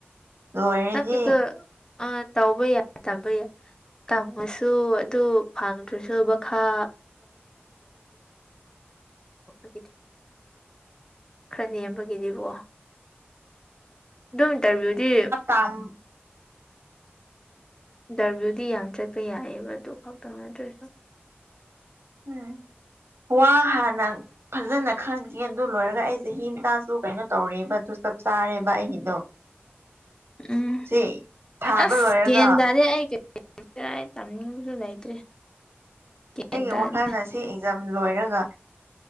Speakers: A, on the right (about 75°); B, on the left (about 20°).
A: ꯂꯣꯏꯔꯗꯤ
B: ꯅꯪꯒꯤꯗꯣ ꯑ ꯇꯧꯕ ꯌꯥꯗꯕꯩ ꯇꯝꯃꯁꯨ ꯑꯗꯨ ꯐꯪꯗ꯭ꯔꯁꯨ ꯃꯈꯥ <unintelligible>
A: <inaudible>
B: ꯈꯔ ꯅꯦꯝꯕꯒꯤꯗꯤꯕꯣ ꯑꯗꯨꯝ ꯏꯟꯇꯔꯚꯤꯌꯨꯗꯤ
A: ꯑꯝ
B: ꯏꯟꯗꯔꯚ꯭ꯌꯨꯗꯤ ꯌꯥꯝ ꯆꯠꯄ ꯌꯥꯏꯑꯦꯕ ꯑꯗꯨ ꯈꯛꯇꯪ ꯅꯠꯇ꯭ꯔꯁꯨ
A: ꯎꯝ ꯋꯥ ꯍꯥꯟꯅ ꯐꯖꯅ ꯈꯪꯈꯤꯒꯦ ꯑꯗꯨ ꯂꯣꯏꯔꯒ ꯑꯩ ꯆꯍꯤ <unintelligible> ꯀꯩꯅꯣ ꯇꯧꯔꯦꯕ ꯑꯗꯨ ꯆꯞ ꯆꯥꯔꯦꯕ ꯑꯩꯒꯤꯗꯣ <inaudible>
B: ꯎꯝ
A: ꯁꯤ ꯊꯥꯕ
B: ꯑꯁ
A: ꯂꯣꯏꯔꯒ
B: ꯒ꯭ꯌꯥꯟ ꯇꯥꯗꯦ ꯑꯩ <unintelligible> ꯇꯝꯅꯤꯡꯕꯁꯨ ꯂꯩꯇ꯭ꯔꯦ ꯒ꯭ꯌꯥꯟ
A: ꯑꯩꯒꯤ
B: ꯇꯥꯗꯦ
A: ꯋꯥꯈꯜꯅ ꯁꯤ ꯑꯦꯛꯖꯥꯝ ꯂꯣꯏꯔꯒ